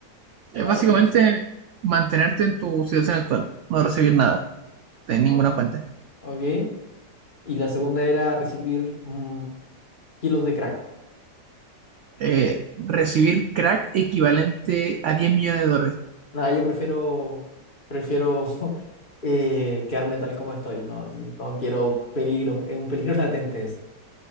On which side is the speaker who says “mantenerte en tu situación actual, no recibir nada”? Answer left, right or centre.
Right